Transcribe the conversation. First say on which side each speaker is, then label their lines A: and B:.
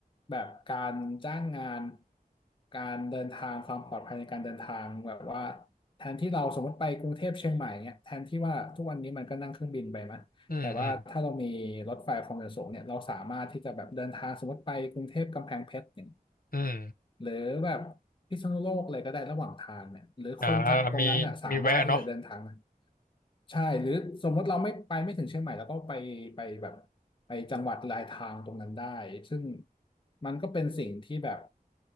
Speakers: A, on the left; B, on the left.
A: แบบการจ้างงานการเดินทางความปลอดภัยในการเดินทางแบบว่าแทนที่เราสมมติไปกรุงเทพเชียงใหม่เงี้ยแทนที่ว่าทุกวันนี้มันก็นั่งเครื่องบินไปมั้ยแต่ว่าถ้าเรามีรถไฟความเร็วสูงเนี่ยเราสามารถที่จะแบบเดินทางสมมติไปกรุงเทพกำแพงเพชรเนี่ย
B: อืมอืมอืม
A: หรือแบบพิษณุโลกอะไรก็ได้ระหว่างทางเนี่ยหรือคนจากตรงนั้นอ่ะสามารถที่จะเดินทางนะ
B: อ่ามีมีแวะเนาะ
A: ใช่หรือสมมติเราไม่ไปไม่ถึงเชียงใหม่แล้วก็ไปไปแบบไปจังหวัดลายทางตรงนั้นได้ซึ่งมันก็เป็นสิ่งที่แบบ